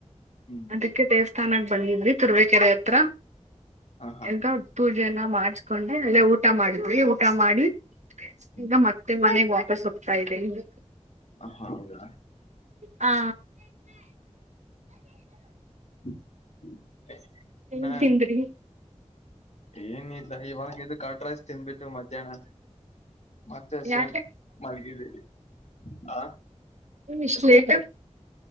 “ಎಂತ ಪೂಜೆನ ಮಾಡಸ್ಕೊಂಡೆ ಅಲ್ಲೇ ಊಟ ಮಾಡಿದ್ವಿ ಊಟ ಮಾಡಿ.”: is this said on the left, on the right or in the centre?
Right